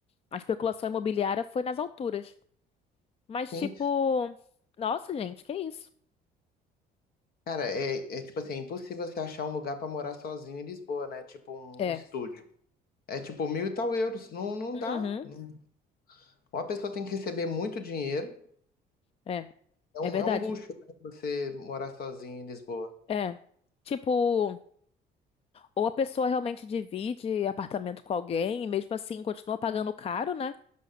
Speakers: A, on the left (about 35°); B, on the left (about 60°).
A: A especulação imobiliária foi nas alturas. Mas,
B: Sim,
A: tipo, nossa, gente, que isso?
B: cara, é, é tipo assim, é impossível você achar um lugar pra morar sozinho em Lisboa, né? Tipo um,
A: É.
B: um estúdio. É tipo mil e tal euros, não, não dá.
A: Uhum.
B: Não- Ou a pessoa tem que receber muito dinheiro,
A: É.
B: É um,
A: É verdade.
B: é um luxo, né, você morar sozinho em Lisboa.
A: É. Tipo, ou a pessoa realmente divide apartamento com alguém e mesmo assim continua pagando caro, né?